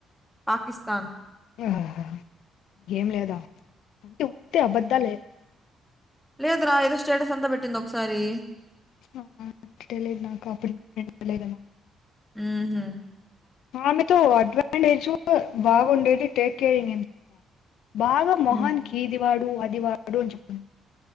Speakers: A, in the centre; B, on the left.
A: పాకిస్తాన్
B: ఆహా ఏం లేదా అంటే ఉత్తి అబద్ధాలే
A: లేదు రా ఏదో స్టేటస్ అంత పెటింది ఒకసారి
B: అవునా తెలీదు నాకు అప్పుడు <unintelligible> తెలియలేదేమో
A: ఉ హు
B: ఆమెతో అడ్వాంటేజ్ బాగుండేది టేక్కేరింగ్ తెలుసా భాగ మొహానికి
A: మ్.
B: ఇది ది వాడు అది వాడు అని చెప్తుంది